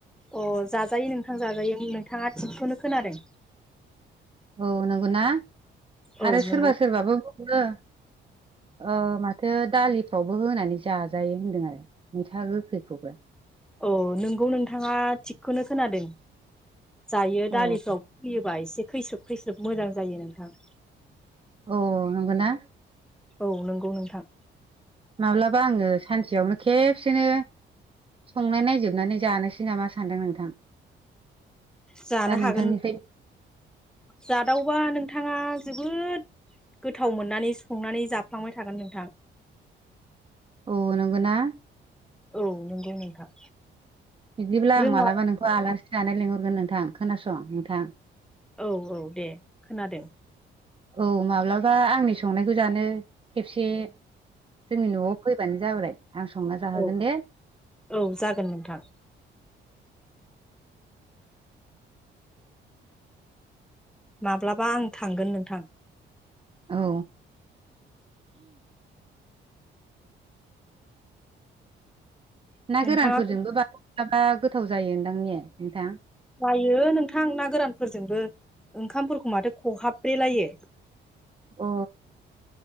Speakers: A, in the centre; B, on the right.
A: अ जाजायो नोंथां जाजायो नोंथाङा थिखखौनो खोनादों
B: औ नंगौना
A: औ
B: आरो
A: नंगौ
B: सोरबा सोरबाबो बुङो। ओं। दालिफ्रावबो होनानै जाजायो होन्दों आरो मैथा गोखैखौबो।
A: अ नोंगौ नोंथाङा थिगखौनो खोनादों। जायो
B: औ
A: दालिफ्राव होयोबा एसे खैस्रोब खैस्रोब मोजां जायो नोंथां।
B: अ नंगौना।
A: औ नंगौ नोंथां।
B: माब्लाबा आङो सानसेयावनो खेबसेनो संनाय नायजोबनानै जानोसै नामा सानदों नोंथां।
A: जानो
B: दा
A: हागोन
B: नोंथांनिफ्राय
A: जादावबा नोंथाङा जोबोद गोथाव मोननानै संनानै जाफ्लांबाय थागोन नोंथां।
B: औ नंगौना।
A: औ नोंगौ नोंथां।
B: बिदिब्ला
A: रोङा
B: आं मालाबा नोंखौ आलासि जानाय लिंहरगोन नोंथां खोनासं नोंथां।
A: औ औ दे खोनादों।
B: औ माब्लाबा आंनि संनायखौ जानो खेबसे जोंनि न'आव फै। फैबानो जाबाय। आं संना जाहोगोन
A: औ
B: दे
A: औ जागोन नोंथां। माब्लाबा आं थांगोन नोंथां।
B: औ। ना
A: नोंथाङा
B: गोरानफोरजोंबो मालाबा मालाबा गोथाव जायो दांने नोंथां।
A: जायो नोंथां ना गोरानफोरजोंबो ओंखामफोरखौ माथो खहाब ब्रे लायो।
B: अ।